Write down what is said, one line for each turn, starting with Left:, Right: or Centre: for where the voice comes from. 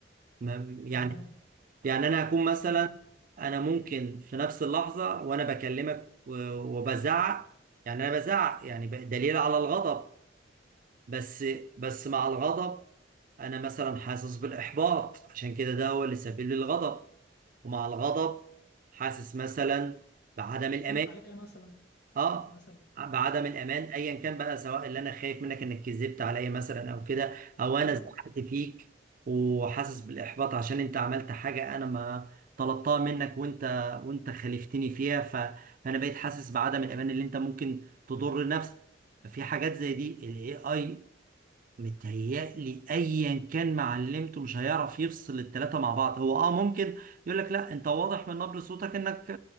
Right: ما- يعني
Left: تمام
Right: يعني انا هكون مثلا
Left: مم.
Right: انا ممكن في نفس اللحظه وانا بكلمك و- وبزعق يعني انا بزعق يعني ب- دليل على الغضب بس بس مع الغضب انا مثلا حاسس بالاحباط عشان كده ده هو اللي سبب لي الغضب ومع الغضب حاسس مثلا بعدم الامان
Left: خايف عليا مثلا
Right: اه
Left: مثلا
Right: بعدم الامان ايا كان بقى سواء اللي انا خايف منك انك كذبت عليا مثلا او كده او انا
Left: أه
Right: زعلت فيك وحاسس بالاحباط عشان انت عملت حاجه انا ما طلبتها منك وانت وانت خالفتني فيها ف... فانا بقيت حاسس بعدم الامان اللي انت ممكن تضر نفسك في حاجات زي دي الاي اي متهيألي ايا كان معلمته مش هيعرف يفصل التلاتة مع بعض هو اه ممكن يقول لك لا انت واضح من نبرة صوتك انك